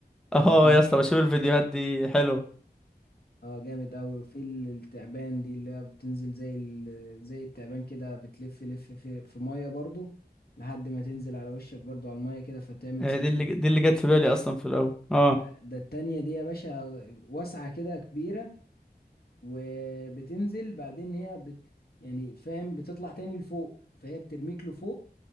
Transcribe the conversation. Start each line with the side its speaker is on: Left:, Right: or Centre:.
Centre: اه
Left: وبعدين
Centre: يا اسطى بشوف الفيديوهات دي حلوه
Left: اه جامد اوي وفي ال- التعبان دي اللي هي بتنزل زي ال... زي التعبان كده بتلف لف في في ميه برضو لحد ما تنزل على وشك برضو على الميه كده فتعمل
Centre: هي
Left: سيرفنج
Centre: دي اللي دي اللي جت في بالي اصلا في الاول اه
Left: لا ده التانية دي يا باشا واسعة كده كبيرة وبتنزل بعدين هي بت... يعني فاهم بتطلع تاني لفوق فهي بترميك لفوق